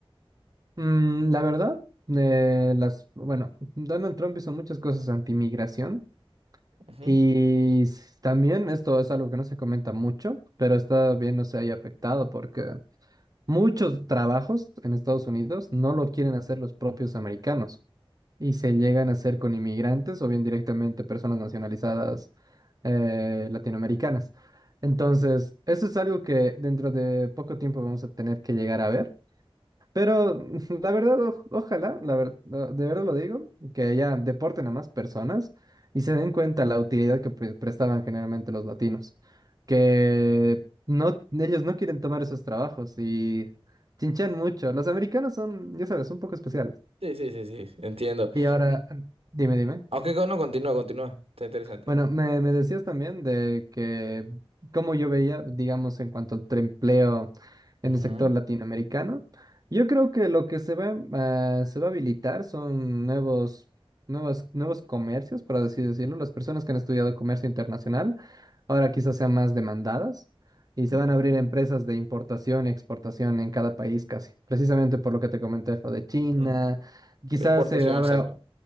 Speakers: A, on the right (about 40°); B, on the right (about 75°).
A: Mm, la verdad, eh, las... Bueno, Donald Trump hizo muchas cosas anti-migración.
B: Ujú.
A: Y s- también esto es algo que no se comenta mucho, pero está bien no se haya afectado porque muchos trabajos en Estados Unidos no lo quieren hacer los propios americanos. y se llegan a hacer con inmigrantes o bien directamente personas nacionalizadas eh, latinoamericanas. Entonces, eso es algo que dentro de poco tiempo vamos a tener que llegar a ver. Pero <laughs> la verdad, oj- ojalá, la ver- no, de verdad lo digo, que ya deporten a más personas y se den cuenta la utilidad que pre- prestaban generalmente los latinos, que no, ellos no quieren tomar esos trabajos y chinchan mucho. Los americanos son, ya sabes, un poco especiales.
B: Sí, sí, sí, sí, entiendo.
A: Y ahora,
B: Y,
A: dime, dime.
B: aunque no, continúa, continúa, está interesante.
A: Bueno, me, me decías también de que como yo veía, digamos, en cuanto al empleo en
B: Ujú.
A: el sector latinoamericano, yo creo que lo que se va, ah, se va a habilitar son nuevos, nuevos, nuevos comercios, por así decirlo. Las personas que han estudiado comercio internacional ahora quizás sean más demandadas y se
B: Ujú.
A: van a abrir empresas de importación y exportación en cada país casi, precisamente por lo que te comenté, lo de China.
B: Ujú.
A: Quizás
B: Exportación,
A: se abra
B: exacto.